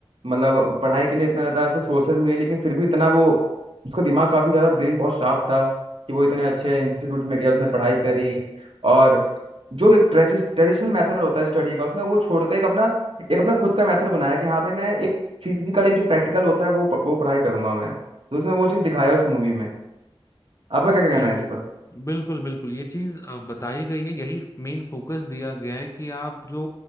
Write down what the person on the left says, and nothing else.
बिल्कुल
बिल्कुल बिल्कुल ये चीज अ, बताई गई है यही मेन फोकस दिया गया है कि आप जो